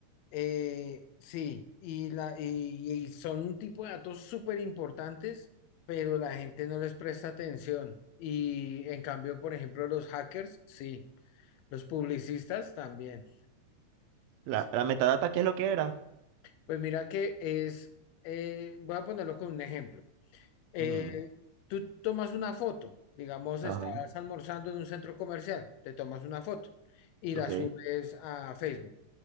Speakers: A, on the left; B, on the right.
A: eh, sí, y, la, y, y son un tipo de datos súper importantes, pero la gente no les presta atención. Y en cambio, por ejemplo, los hackers, sí. Los publicistas también.
B: la,
A: sí.
B: la metadata, ¿qué es lo que era?
A: Pues mira que es, eh, voy a ponerlo con un ejemplo. Eh,
B: Ujú,
A: tú tomas una foto, digamos,
B: Ajá,
A: estás almorzando en un centro comercial, te tomas una foto y
B: ok,
A: la subes a Facebook.